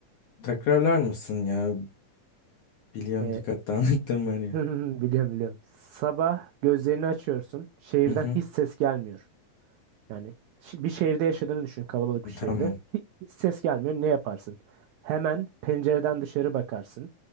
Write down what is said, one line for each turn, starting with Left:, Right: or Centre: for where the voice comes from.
Left: Tekrarlar mısın ya? Biliyorum
Right: Ee,
Left: dikkat dağınıklığım var
Right: <laughs>
Left: ya.
Right: Hı hı hı, Biliyorum biliyorum. Sabah gözlerini açıyorsun. Şehirden
Left: Hı hı.
Right: hiç ses gelmiyor. Yani şi- bir şehirde yaşadığını düşün, kalabalık bir şehirde.
Left: Tamam.
Right: Hi- Hiç ses gelmiyor. Ne yaparsın? Hemen pencereden dışarı bakarsın.